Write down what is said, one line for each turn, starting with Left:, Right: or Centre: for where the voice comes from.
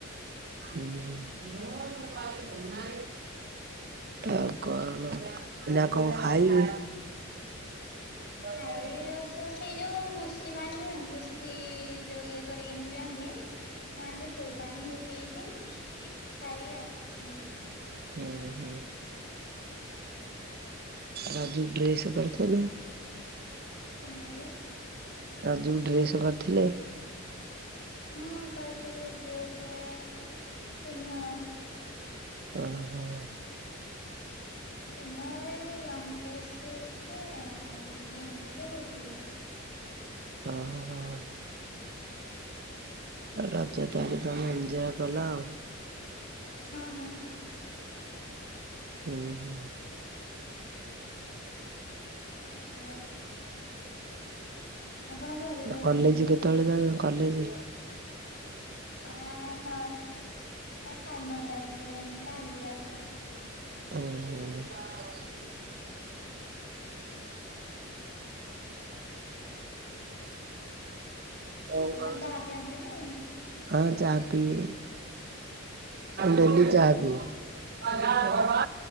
Left: ହ <inaudible>
Right: ଉଁ- ହୁଁ। ଆଉ କଣ, ଏଇନା କଣ ଖାଇବୁ?
Left: ହ <inaudible>
Right: ହ <inaudible>
Left: ଏଇ ଜଷ୍ଟ ସେଇ ଯୋଉ ଭୁସି ପାଣି ନୁହେଁ, ଭୁସି ଯୋଉ ଇଏ କରିକିନି ପିଅନ୍ତି, ମୁଁ ଆଜି ସେଇ ପାଣି ହି ପି ଛି ଖାଇବି ଆଉ।
Right: ହୁଁ ହୁଁ। ରଜ କୁ ଡ୍ରେସ୍ କରିଥିଲେ?
Left: କଣ କହିଲେ?
Right: ରଜକୁ ଡ୍ରେସ କରିଥିଲେ?
Left: ହୁଁ କରିଥିଲି ଡ୍ରେସ ତିନି ହଳ।
Right: ଓ ହୋ।
Left: ଇନର୍ ବୋଲି ଲଙ୍ଗ ଡ୍ରେସ ଗୋଟେ ଆଉ ଜିନ୍ସ ଗୋଟେ କୁର୍ତିୀ ଗୋଟେ।
Right: ଓହୋ। ରଜ ଟା ହିଁ ତମେ ଏଞ୍ଜୟ୍ କଲ ଆଉ।
Left: ହଁ, ହଁ।
Right: ଉହୁଁ।
Left: ଆଉ? ଆପଣ ଘରେ ରହୁଛନ୍ତି
Right: କଲେଜ କେତେବେଳେ
Left: ନା?
Right: ଯାଉଚ କଲେଜ?
Left: ଆ ନଅଟା ସାଢ଼େ ନଅଟା ଭିତରେ ଏମିତି ବାହାରିକି ଯାଉଚୁ ଆଉ।
Right: ଉହୁଁ। କଣ
Left: ଆପଣ
Right: କରୁଚ?
Left: ଚାହା ପିଅନ୍ତିନି
Right: ହଁ ଚା ପିଏ।
Left: ଓହୋ।
Right: ଡେଲି ଚା ପିଏ। ହେଁ ହଁ